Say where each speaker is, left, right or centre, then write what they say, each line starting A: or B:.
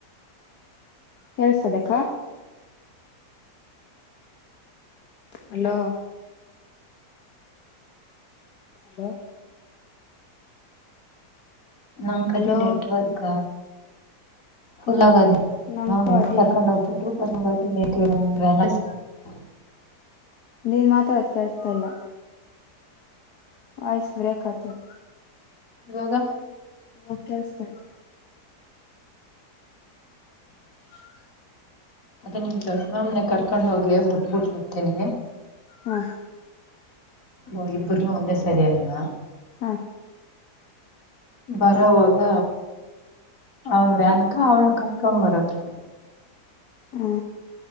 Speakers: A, on the left; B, on the left.
A: ಕೆಲ್ಸತದೆಕ್ಕ ಹಲೋ ಹಲೋ
B: ನಂ ಕದಿ
A: ಹಲೋ
B: ನೆಟ್ವರ್ಕ ಫುಲ್ ಆಗದಿ <unintelligible>
A: ನಂಗೂ ಅದಿ
B: ಕರ್ಕೊಂಡು ಹೋಗ್ಬಿಟ್ಟು ಕರ್ಕೊಂಡ್ ಬರ್ತಿನಿ ಹೇಳು <unintelligible>
A: ನೀನ್ ಮಾತಾಡೋದ ಕೇಳ್ಸ್ತಾಲ್ಲ ವಾಯ್ಸ್ ಬ್ರೇಕ್ ಆಗ್ತದೆ.
B: ಇವಾಗ
A: ಇವಗ್ ಕೇಳಸ್ತಳ್ <inaudible>
B: ಅದೇ ನಿಮ್ ದೊಡ್ಡ ಮಾಮ್ಲೆ ಕರ್ಕೊಂಡ ಹೋಗಿ ಬಿಟ್ಬುಟ್ ಬತೇನಿ
A: ಹಾ
B: ಓ ಇಬ್ರೂ ಒಂದ ಸರಿನ್ನ
A: ಹಾ
B: ಬರೋವಾಗ ಅವ್ನ್ ವ್ಯಾನ್ಕ ಅವನ ಕಕೊ ಬರೋದು
A: ಹ್ಮ